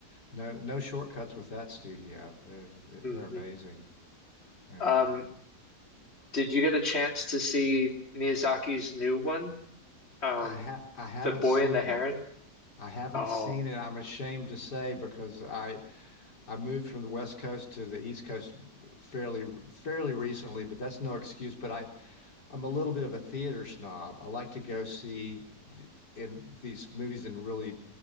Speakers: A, on the left; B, on the left.
A: no no shortcuts with that studio. They're they're
B: hmm
A: amazing. Yeah,
B: Um, did you get a chance to see Miyazaki's new one? Um,
A: I ha I haven't
B: The Boy
A: seen
B: and the Heron.
A: it. I haven't
B: Oh,
A: seen it. I'm ashamed to say because I I moved from the West Coast to the East Coast fairly fairly recently, but that's no excuse. But I I'm a little bit of a theater snob. I like to go see th in these movies in really